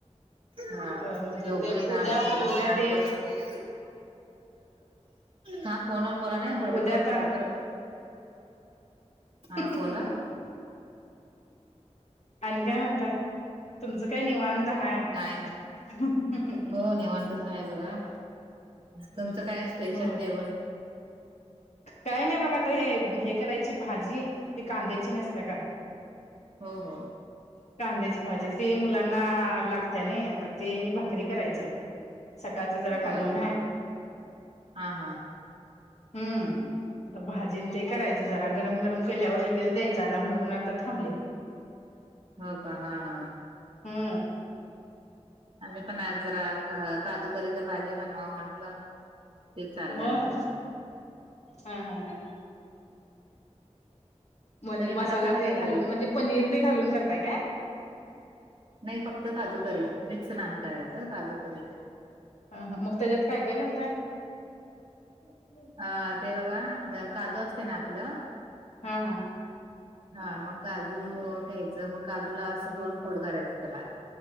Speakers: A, on the right; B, on the left.
A: हा
B: म्हणजे
A: झोपू
B: ते
A: दे
B: उद्या काय
A: गप
B: उद्या
A: शांत
B: ते
A: बसू दे. थांब फोनवर बोलले बडबड
B: उद्या
A: करू
B: आता
A: नकोस सरक. हा
B: हं
A: बोला
B: हं हं हं. आणि काय म्हणतय तुमचं काय निवत. हाय
A: काय नाही
B: हं हं हं.
A: हो नेवांतच आहे बघा तुमचं काय स्पेशल
B: हो
A: जेवण.
B: काय नाही बघ आता हे हे करायची भाजी ती कांद्यायची नसते. का
A: हा हो हो.
B: कांद्याची भाजी ते मुलांना लागत नाही आता ते आणि भाकरी करायच. च सकाळच जरा कालवण
A: होय हा
B: आहे.
A: हा हा. <inaudible>
B: हम्म आता भाजीन ते करायचं जरा गरम गरम केल्यावर लगेच द्यायचं आता म्हणून आता थांबले.
A: हो का हा हा.
B: हम.
A: आम्ही पण आजरा घ काजू. परीच भाजी बनवावं म्हटलं ते चाललंय
B: होय
A: आमचं मण
B: हा हा म्हणजे
A: तुम्ही बनवता
B: मसाला
A: का नाही
B: ते घालून
A: घरी
B: म्हणजे पनीर ते घालून करताय काय
A: नाही फक्त काजूके मिक्स नाही करायचं काजू करेच
B: अ मग त्याच्यात काय काय चालतय ह हम
A: अ ते बघा काजू असते ना आपलं
B: हा हा
A: हा मग काजू घ्यायचं मग काजूला असं दोन फोड करायचं त्याला